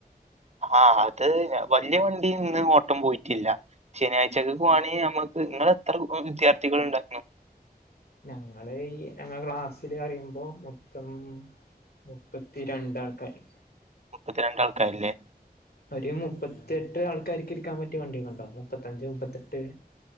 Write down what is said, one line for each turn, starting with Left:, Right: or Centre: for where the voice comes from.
Right: ആഹ് അത് വല്യ വണ്ടി ഇന്ന് ഓട്ടം പോയിട്ടില്ല. ശനിയാഴ്ചക്ക് പോവാണെങ്കി ഞമ്മക്ക്, ഇങ്ങളെത്ര വിദ്യാർത്ഥികൾ ഇണ്ടാക്ക്ണു?
Left: ഞങ്ങള് ഈ ഞങ്ങ ക്ലാസ്സില് പറിയുമ്പോ മൊത്തം മുപ്പത്തി രണ്ടാൾക്കാര്
Right: മുപ്പത്തി രണ്ടാൾക്കാര്ല്ലേ?
Left: ഒരു മുപ്പത്തിയെട്ട് ആൾക്കാർക്ക് ഇരിക്കാൻ പറ്റിയ വണ്ടിയൊക്കെ ഇണ്ടോ? മുപ്പത്തഞ്ച് മുപ്പത്തെട്ട്